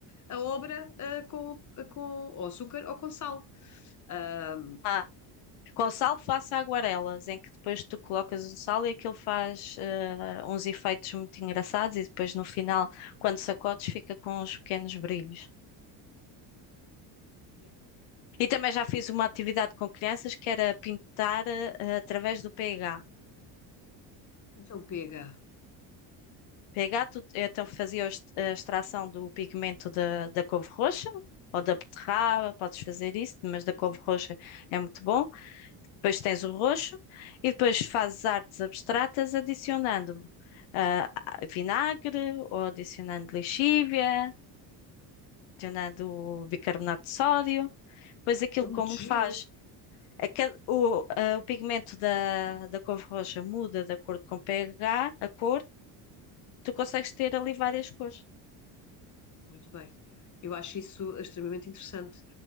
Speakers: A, on the left (about 35°); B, on the left (about 75°).
A: a obra eh, com, ah, com ou açúcar ou com sal. Ah,
B: Ah. Com sal faço aguarelas, em que depois tu colocas o sal e aquilo faz eh, uns efeitos muito engraçados e depois no final, quando sacodes, fica com uns pequenos brilhos. E também já fiz uma atividade com crianças que era pintar eh, através do pH.
A: então pega.
B: pH, tu- então fazia a ext- a extração do pigmento da, da couve roxa ou da beterraba, podes fazer isso, mas da couve roxa é muito bom. Depois tens o roxo e depois fazes artes abstratas adicionando ah, vinagre ou adicionando lixívia, adicionando bicarbonato de sódio. Depois aquilo
A: É muito
B: como
A: giro.
B: faz A cada- o, a- o pigmento da, da couve roxa muda de acordo com o pH, a cor. Tu consegues ter ali várias cores.
A: Muito bem. Eu acho isso extremamente interessante.